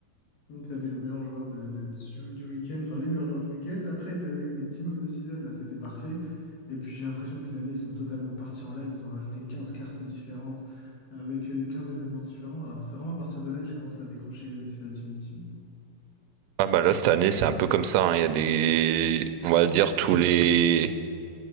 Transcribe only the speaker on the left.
Donc, tu avais le meilleur joueur de, de- du, du week-end, enfin les meilleurs joueurs du week-end. Après, tu avais eu les Team of the Season, là, c'était parfait. Et puis, j'ai l'impression qu'une année, ils sont totalement partis en live. Ils ont rajouté 15 cartes différentes, euh, avec euh, 15 événements différents. Alors, c'est vraiment à partir de là que j'ai commencé à décrocher euh, FIFA Ultimate Team.